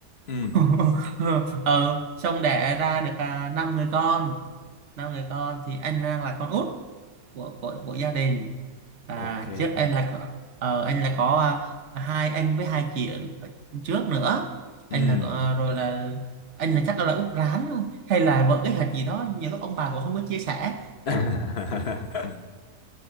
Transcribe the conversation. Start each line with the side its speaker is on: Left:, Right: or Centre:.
Left: ừ
Right: <laughs> ờ xong đẻ ra được à, năm người con năm người con thì anh đang là con út của của của gia đình À,
Left: ok
Right: trước anh là có, ờ, anh là có à, hai anh với hai chị ở ở trước nữa anh
Left: ừ
Right: là có- ờ, rồi là anh là chắc là út rán hay là vợ cái hạt gì đó nhiều lúc ông bà cũng không có chia sẻ
Left: <laughs>